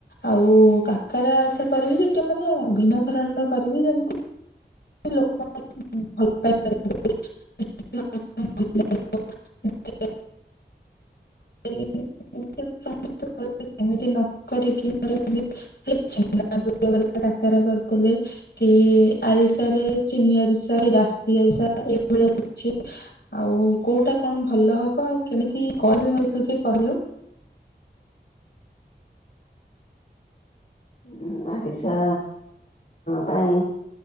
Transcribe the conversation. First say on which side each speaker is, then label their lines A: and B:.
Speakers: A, on the left (about 70°); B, on the left (about 50°).
A: ଆଉ କାକର ଆରିସା କରିବି ସେଟା ମାନେ ଭିନ୍ନ ଧରଣର କରିବି ଯେମିତି <unintelligible> ଆରେ ଚିନି ଆରିସା ରାଶି ଆରିସା ଏଇଭଳିଆ କିଛି ଆଉ କୋଉଟା କଣ ଭଲ ହବ। ଆଉ କେମିତି କରିବି ମତେ ଟିକେ କହିଲୁ।
B: ଉଁ ଆରିସା ପାଇଁ